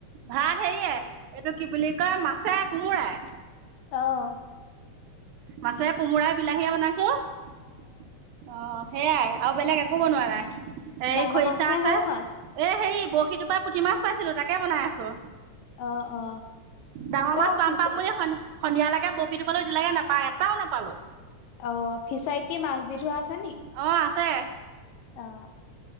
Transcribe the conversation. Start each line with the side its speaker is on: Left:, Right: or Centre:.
Right: ভাত হেৰিয় এইটো কি বুলি কয় মাছে কোমোৰাই।
Left: আহ।
Right: মাছে কোমোৰাই বিলাহীয়ে বনাইছো অ। সেয়াই আৰু বেলেগ একো বনোৱা নাই
Left: ডাঙৰ
Right: এই খৰিচা
Left: মাছ নে
Right: আছে,
Left: সৰু মাছ?
Right: এ হেৰি- সিটোপ পৰা পুঠি মাছ পাইছিলো তাকে বনাই আছো।
Left: অ অ।
Right: ডাঙৰ
Left: ক
Right: মাছ পাম
Left: ফিচ
Right: পাম বুলি সন সন্ধিয়ালৈকে বৰশী বলৈ দিলৈকে নাপা এটাও নাপালো।
Left: অ ফিচাইত কি মাছ দি থোৱা আছে নি?
Right: অ আছে।
Left: অ